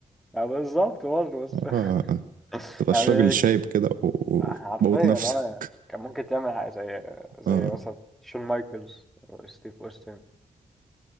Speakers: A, in the centre; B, on the right.
A: آه، بالظبط برضه بس
B: اه
A: <laughs>
B: تبقاش
A: يعني
B: راجل شايب كده وبوت
A: حرفيا
B: نفسك
A: اه يعني كان ممكن تعمل حاجة زي زي
B: اه
A: مثلا شون مايكلز وستيف اوستن